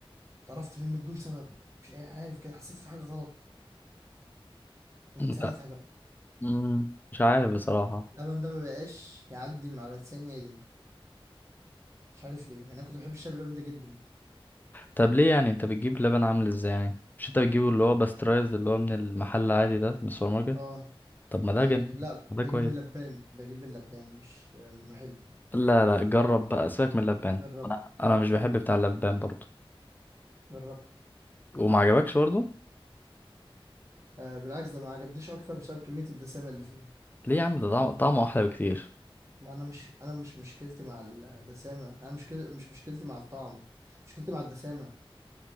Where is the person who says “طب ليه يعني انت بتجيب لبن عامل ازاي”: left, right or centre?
Left